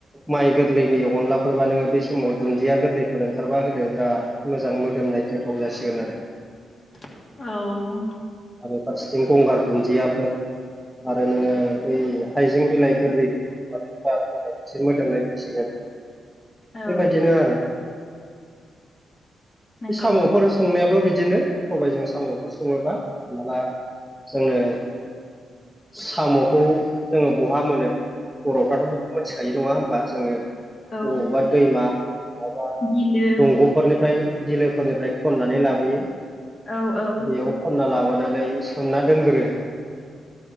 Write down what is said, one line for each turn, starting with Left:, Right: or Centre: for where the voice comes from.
Centre: माइ गोरलैनि अनलाफोरबा नोङो बे समाव दुन्दिया गोरलैफोर ओंखारबा होदो बिराद मोजां मोदोमनाय गोथाव जासिगोन आरो
Left: औ
Centre: आरो फारसेथिं गंगार दुन्दियाफोर आरो नोङो बै हाइजें बिलाइ गोरलैखौ मोजांसे मोदोमनायथिगोन
Left: औ
Centre: बेबायदिनो आरो
Left: नंगौ
Centre: बे साम'फोर
Left: नंगौ
Centre: संनायाबो बिदिनो सबायजों साम'फोर सङोबा माला जोंनो साम'खौ जोंङो बहा मोनो बरफ्राथ बेखौ मिथिखायो नंङा होमबा जोंङो बबावबा
Left: औ
Centre: दैमा माबा
Left: बिलो
Centre: दंग'फोरनिफ्राय बिलोफोरनिफ्राय खननानै लाबोयो
Left: औ औ
Centre: बेयाव खनना लाबोयो खननानै सोमना दोनग्रो